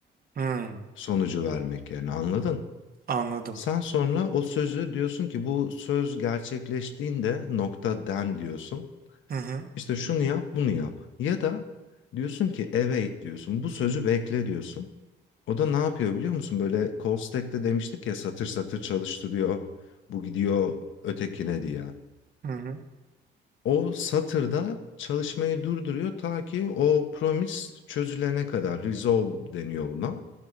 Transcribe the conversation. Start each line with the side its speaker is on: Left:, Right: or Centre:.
Right: Hı.
Left: Sonucu vermek yerine anladın?
Right: Anladım.
Left: Sen sonra o sözü diyorsun ki bu söz gerçekleştiğinde nokta den diyorsun.
Right: Hı hı.
Left: İşte şunu yap, bunu yap. Ya da diyorsun ki await diyorsun. Bu sözü bekle diyorsun. O da ne yapıyor biliyor musun? Böyle call stack'te demiştik ya satır satır çalıştırıyor. Bu gidiyor ötekine diye.
Right: Hı hı.
Left: O satırda çalışmayı durduruyor ta ki o promise çözülene kadar. Resolve deniyor buna.